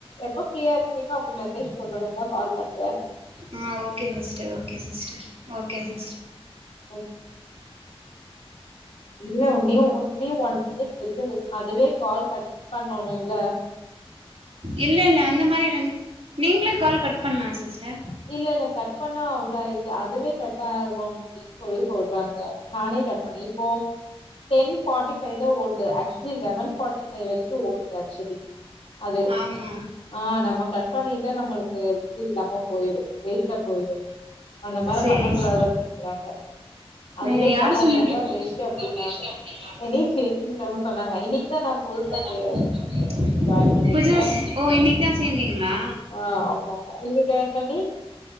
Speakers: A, on the left; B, on the right.
A: எப்ப ஃப்ரீயா இருக்கீங்கோ அப்ப மெசேஜ் போட்டு உடுங்க கால் பண்ற
B: ஆ okay sister okay sister okay sis
A: okay. இல்ல ஒன்னுயோ ஒன்னே ஒன் மினிட் இருக்குது அதுவே கால் கட் பண்ணோணுல்ல
B: இல்ல இல்ல அந்த மாரில நி நீங்களே கால் கட் பண்லா சிஸ்டர்
A: இல்ல இல்ல கட் பண்ணா அவ்ளோ இது அதுவே கட் ஆகணு அப்டின்னு சொல்லி சொல்றாங்க நானே கட் பண்ணி இப்போ டென் பார்டி ஃபைவ் தா ஓடுது ஆக்சுவெலி லெவன் பார்டி வரைக்கு ஓடுது ஆக்சுவெலி அது
B: ஆமா
A: ஆ நம்ம கட் பண்ணிட்டா நம்மளுக்கு இது இல்லாம போயிரு வேஸ்ட்டா போய்டு அந்த மாரி
B: சேரி
A: பண்ண கூடாது அப்டிங்கிறாங்க அதுவே
B: அய்யோ யாரு
A: கட்டாகறதா
B: சொன்னது
A: பெஷ்டு அப்டின்னாங்க
B: அதா பெஸ்ட் அப்டின்னாங்க
A: எனி சேதிவிட்டோ சொன்னாங்க இன்னைக்குதா நா புதுசா
B: <inaudible>
A: பே ஜாயின் பண்ணிருக்கே
B: பஜாஜ் ஓ இன்னைக் தா சேந்தீங்ளா
A: ஆ ஆமா ஆமா நீங்க ஜாயின் பண்ணி